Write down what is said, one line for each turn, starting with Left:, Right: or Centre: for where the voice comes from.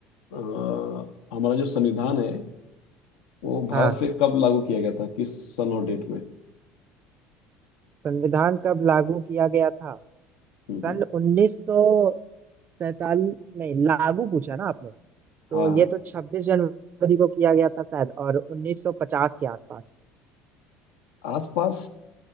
Left: अ, हमारा जो संविधान है वो भारत
Right: हाँ
Left: पे कब लागू किया गया था किस सन और डेट में
Right: संविधान कब लागू किया गया था
Left: हम्म
Right: सन
Left: हम्म,
Right: उन्नीस सौ सैतालीस नहीं लागू पूछा ना आपने तो
Left: हाँ हाँ
Right: ये तो 26 जनवरी को किया गया था शायद और 1950 के आसपास
Left: आसपास